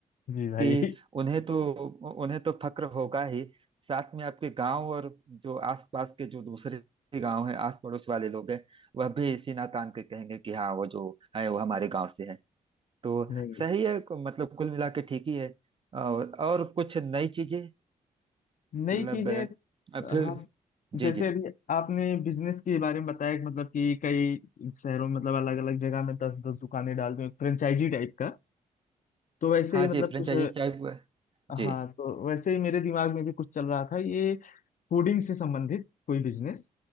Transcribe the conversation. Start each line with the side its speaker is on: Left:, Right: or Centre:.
Left: जी भाई
Right: कि उन्हें तो उन्हें तो फक्र होगा ही साथ में आपके गांव और जो आसपास के जो दूसरे गांव हैं आस पड़ोस वाले लोग हैं वह भी इसी नातान के कहेंगे कि हाँ वो जो है वो हमारे गांव से है तो
Left: नहीं
Right: सही है मतलब कुल मिला के ठीक ही है और और कुछ नई चीजें
Left: नई
Right: मतलब
Left: चीजें
Right: अ, फिर
Left: आप
Right: जी
Left: जैसे
Right: जी
Left: अभी आपने बिजनेस के बारे में बताया कि मतलब कि कई शहरों में मतलब अलग अलग जगह में दस दस दुकानें डाल दूं एक फ्रेंचाइजी टाइप का तो वैसे
Right: हाँ
Left: ही मतलब
Right: जी फ्रेंचाइजी
Left: कुछ
Right: चाय जी
Left: हाँ तो वैसे ही मेरे दिमाग में भी कुछ चल रहा था ये फूडिंग से संबंधित कोई बिजनेस